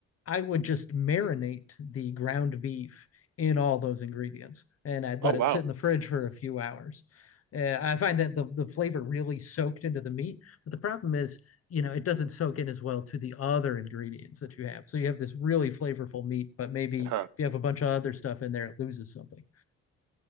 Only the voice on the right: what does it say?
Oh
wow.
<laughs>